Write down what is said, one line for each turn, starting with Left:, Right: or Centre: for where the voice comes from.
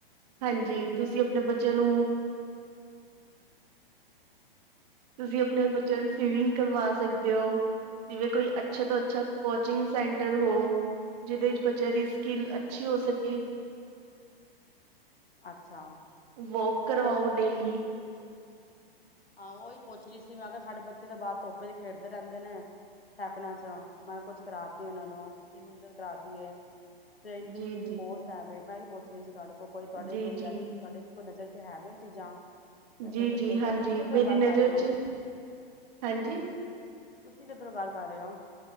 Right: ਹਾਂਜੀ, ਤੁਸੀਂ ਆਪਣੇ ਬੱਚੇ ਨੂੰ ਤੁਸੀਂ ਆਪਣੇ ਬੱਚਿਆਂ ਨੂੰ ਸਵੀਮਿੰਗ ਕਰਵਾ ਸਕਦੇ ਹੋ ਜਿਵੇਂ ਕੋਈ ਅੱਛੇ ਤੋਂ ਅੱਛਾ ਕੋਚਿੰਗ ਸੈਂਟਰ ਹੋ ਜਿਹਦੇ ਵਿੱਚ ਬੱਚਿਆਂ ਦੀ ਸਕਿੱਲ ਅੱਛੀ ਹੋ ਸਕੇ
Left: ਅੱਛਾ
Right: ਵੋਕ ਕਰਵਾਓ
Left: ਬਸ ਮੈਂ
Right: ਡੇਲੀ
Left: ਹਾਂ ਉਹੀ ਪੁੱਛ ਰਹੀ ਸੀ ਸਾਡੇ ਬੱਚੇ ਦੇ ਬਾਹਦ ਤੋਪੇ ਚ ਖੇਡਦੇ ਰਹਿੰਦੇ ਨੇ ਸੈਕ ਚ ਮੈਂ ਕਿਹਾ ਕੁੱਝ ਕਰਾਦੀ ਆ ਉਹਨਾਂ ਨੂੰ ਸਵਮਿੰਗ ਦਾ ਕਰਾ ਦੀਏ ਸਕਿਲ
Right: ਜੀ ਜੀ
Left: ਕੋਰਸ ਆਵੇ ਮੈਂ ਆਈ ਪੁੱਛ ਰਹੀ ਸੀ ਤੁਹਾਡੇ ਕੋਈ ਤੁਹਾਡੇ
Right: ਜੀ
Left: ਕੋਈ
Right: ਜੀ
Left: ਅੱਜ ਤੁਹਾਡੇ ਨਜ਼ਰ ਹੈ, ਵੀ ਚੀਜ਼ਾਂ ਵੈਸੇ
Right: ਜੀ
Left: ਬੱਚੇ
Right: ਜੀ
Left: ਨੂੰ
Right: ਹਾਂਜੀ
Left: ਤੁਸੀਂ ਕਿੱਧਰੋਂ
Right: ਮੇਰੀ
Left: ਗੱਲ
Right: ਨਜ਼ਰ
Left: ਕਰ ਰਹੇ ਹੋ
Right: ਚ ਹਾਂਜੀ
Left: ਤੁਸੀਂ ਕਿੱਧਰ ਨੂੰ ਗੱਲ ਕਰ ਰਹੇ ਹੋ